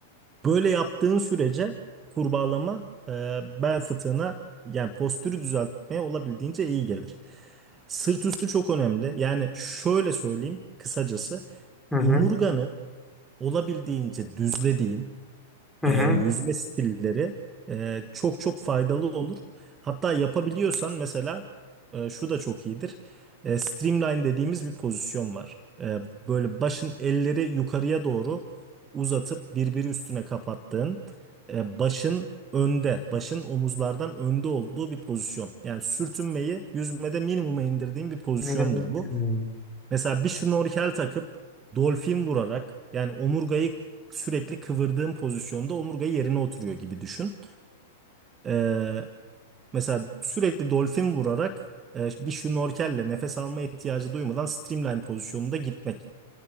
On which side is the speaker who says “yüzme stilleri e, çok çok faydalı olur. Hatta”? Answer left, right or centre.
Right